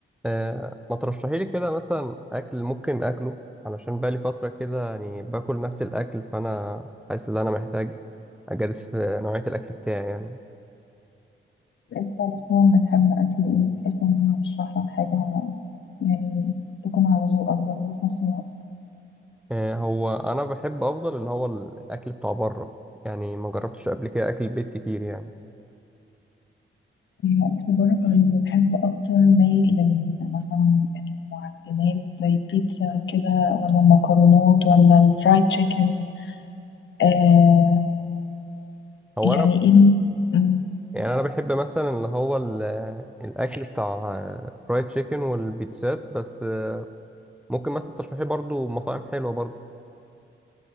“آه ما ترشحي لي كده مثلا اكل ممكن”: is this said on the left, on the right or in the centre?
Centre